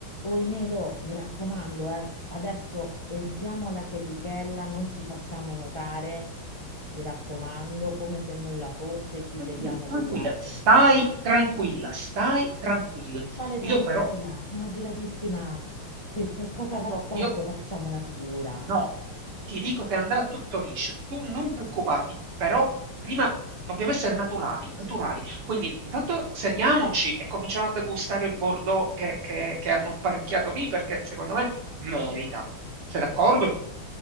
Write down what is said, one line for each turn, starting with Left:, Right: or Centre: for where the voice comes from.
Left: Oi Melo, mi raccomando, eh, adesso entriamo alla chetichella, non ci facciamo notare, mi raccomando, come se nulla fosse, ci
Right: Tranquilla,
Left: sediamo
Right: tranquilla,
Left: con gli altri.
Right: stai tranquilla, stai tranquilla.
Left: Quale tranquilla,
Right: Io però,
Left: sono agitatissima. Se qualcosa va
Right: no,
Left: storto,
Right: io
Left: facciamo una figura.
Right: no, ti dico che andrà tutto liscio, tu non preoccuparti, però prima dobbiamo essere naturali, naturali. Quindi intanto sediamoci e cominciamo a degustare il Bordeaux che, che- che hanno apparecchiato lì perché secondo me merita. Sei d'accordo?